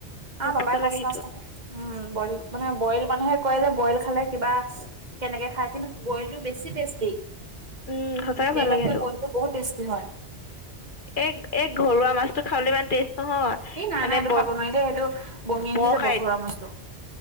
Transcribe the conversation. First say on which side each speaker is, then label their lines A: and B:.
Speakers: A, on the right; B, on the left.
A: আমাৰ
B: সেই
A: পাপাই
B: মজা লাগে
A: কচ
B: সেইটো
A: মাছ তাকে খায়। উম বইল মানে, বইল মানুহে কয় যে, বইল খালে কিবা কেনেকে খায়। কিন্তু বইলটো বেছি টেষ্টি।
B: উম সঁচাকে
A: তেলত
B: ভাল লাগে
A: কে
B: সেইটো
A: বইলটো বহুত টেষ্টি হয়।
B: এই, এই ঘৰুৱা মাছটো খাবলৈ ইমান টেষ্ট নহয়।
A: এই নাই
B: মানে
A: নাই এইটো
B: বয়--ব
A: খাব নোৱাৰি দেই এইটো বমি আহি যাব
B: খা
A: ঘৰুৱা মাছটো।